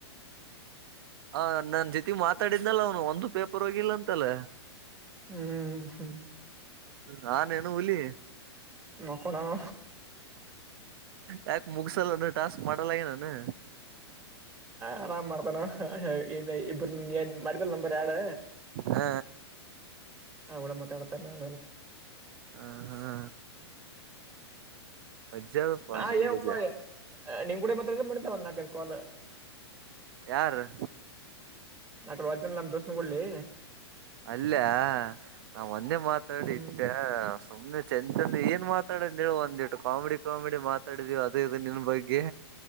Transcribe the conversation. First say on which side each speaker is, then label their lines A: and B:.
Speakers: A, on the right; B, on the right.
A: ಅವನು ನಂಜೊತೆ ಮಾತಾಡಿದ್ನಲ್ಲ ಅವನು ಒಂದು ಪೇಪರ್ ತಪ್ಪಾಗಿಲ್ಲ ಅಂತಲ್ಲ
B: ಹ್ಮ್ ಹ್ಮ್
A: ನಾನೇನು ಹುಲಿ
B: ಮಕ್ಕೊಂಡಾನ
A: ಯಾಕೆ ಮುಗ್ಸಲಾಗದಲ್ಲೇನು ಟಾಸ್ಕ್ ಮಾಡಲಾಗಲಿಲ್ಲೇನು
B: ಆರಾಮ್ ಮಾಡೋಣ ನೀ ಇಬ್ಬರು ಮಡಿದಲ್ ನಂಬರ್ ಯಾಡ್
A: ಹ
B: ನಾನ್ ಬಿಡು ಮಾತಾಡ್ತೀನಿ
A: ಹ ಹಾ ಅಜ್ಜರಪ್ಪ
B: ನಾ
A: ನಿಮಗೆ
B: ಏನಪ್ಪಾ ನಿನ್ ಕೂಡ ಮಾತಾಡಿದ ಮಾಡಿದ್ದ ಒಂದ್ ನಾಲ್ಕೈದು ಕಾಲ್
A: ಯಾರು
B: ನ ಅಕಡೆ ವದಿನ ನಮ್ಮ ದೋಸ್ನ ಕೊಡ್ಲಿ
A: ಅಲ್ಲಿ ನಾನು ಒಂದೇ ಮಾತಾಡಿಟ್ಟೆ
B: ಹ್ಮ್
A: ಸುಮ್ಮನೆ ಚಂ ಚಂಡ ಕಾಮಿಡಿವಾಗಿ ಮಾತಾಡಿದ್ವಿ ನಿಮ್ಮ ಬಗ್ಗೆ